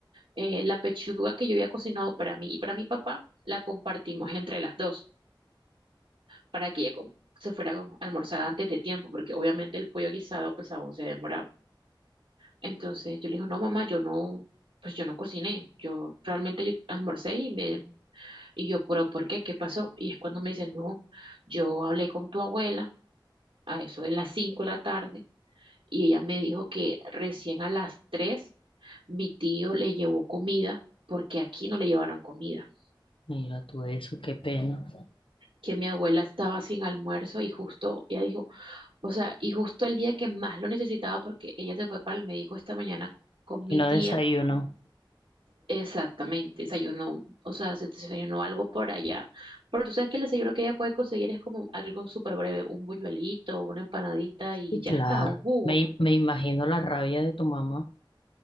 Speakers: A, on the right (about 80°); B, on the left (about 85°).
A: eh, la pechuga que yo había cocinado para mí y para mi papá, la compartimos entre las dos. para que ella co- se fuera a almorzar antes de tiempo, porque obviamente el pollo guisado pues aún se demoraba. Entonces yo le digo, no mamá, yo no, pues yo no cociné, yo realmente yo almorcé y me, y yo, pero ¿por qué? ¿Qué pasó? Y es cuando me dice, no, yo hablé con tu abuela a eso de las 5 de la tarde y ella me dijo que recién a las 3 mi tío le llevó comida porque aquí no le llevaron comida,
B: Mira tú eso, qué pena.
A: que mi abuela estaba sin almuerzo y justo ella dijo, O sea, y justo el día que más lo necesitaba porque ella se fue para el médico esta mañana con mi
B: Y no
A: tía.
B: desayuno.
A: Exactamente, desayunó, o sea, se desayunó algo por allá. Pero tú sabes que el desayuno que ella puede conseguir es como algo súper breve, un buñuelito, una empanadita y
B: Y
A: ya
B: claro,
A: está, un jugo.
B: me, me imagino la rabia de tu mamá.